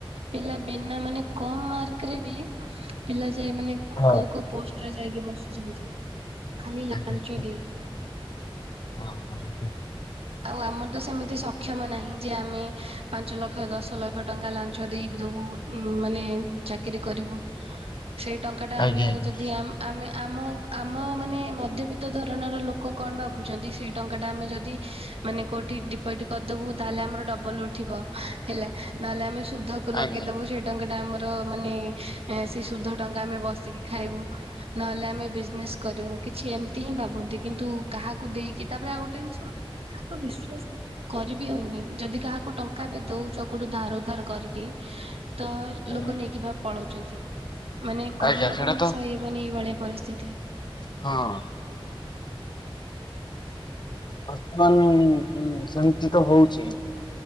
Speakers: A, on the right; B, on the left.
A: ପିଲା ବିନା ମାନେ କମ ମାର୍କରେ ବି ପିଲା ଯାଇ ମାନେ କୋଉ
B: ହଁ
A: କୋଉ ପୋଷ୍ଟର ଯାଇକି ବସୁଛନ୍ତି, ଖାଲି ଲାଞ୍ଚ
B: ଆଜ୍ଞା ଠିକ୍
A: ଦେଇକି।
B: ହଁ ହଁ।
A: ଆଉ ଆମର ତ, ସେମିତି ସ ସକ୍ଷମ ନାହିଁ ଯେ, ଆମେ ପାଞ୍ଚ ଲକ୍ଷ, ଦଶ ଲକ୍ଷ ଟଙ୍କା ଲାଞ୍ଚ ଦେଇଦଉ, ମାନେ ଚାକିରି କରିବୁ, ସେଇ ଟଙ୍କା ଟା
B: ଆଜ୍ଞା
A: ଆମେ ଯଦି ଆ ଆମେ, ଆମ ଆମ ମାନେ ମଧ୍ୟବିତ୍ତ ଧରଣର ଲୋକ କଣ ଭାବୁଚନ୍ତି, ସେଇ ଟଙ୍କା ଟା ଆମେ ଯଦି ମାନେ କୋଉଠି ଡିପୋଜିଟ୍ କରିଦବୁ, ତାହେଲେ ଆମର ଡବଲ ଉଠିବ ହେଲା, ନହେଲେ ଆମେ ସୁଧ କୁ ଲଗେଇଦବୁ,
B: ଆଜ୍ଞା
A: ସେଇ ଟଙ୍କା ଟା ଆମର ମାନେ, ସେ ସୁଧ ଟଙ୍କା ଆମେ ବସିକି ଖାଇବୁ। ନହେଲେ ଆମେ ବିଜନେସ କରିବୁ, କିଛି ଏମିତି ହିଁ ଭାବନ୍ତି, କିନ୍ତୁ କାହାକୁ ଦେଇକି, ତାପରେ ଆଉ ଗୋଟେ ଜିନିଷ କାହାକୁ ବିଶ୍ଵାସ କରି ବି ହଉନି, ଯଦି କାହାକୁ ଟଙ୍କା ବି ଦଉଛ, କୋଠୁ ଧାର ଉଧାର କରିକି ତ
B: ହୁଁ
A: ଲୋକ ନେଇକି ଭାବ ପଳାଉଚନ୍ତି, ମାନେ
B: ଆଜ୍ଞା
A: କହିହବନି
B: ସେଇଟା ତ
A: କି, ସହିହବ ହବନି ଏଇ ଭଳିଆ ପରିସ୍ଥିତି।
B: ହଁ ଅ। ବର୍ତ୍ତମାନ ସେମିତି ତ ହଉଚି।